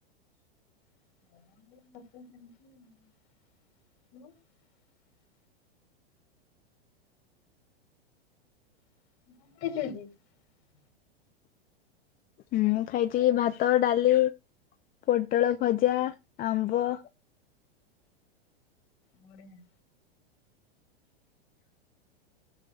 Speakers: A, on the left (about 50°); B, on the left (about 30°).
A: <unintelligible> <unintelligible>
B: ହୁଁଁ ଖାଇଛି ଭାତ ଡାଲି ପୋଟଳ ଭଜା ଆମ୍ବ
A: ବଢିଆ।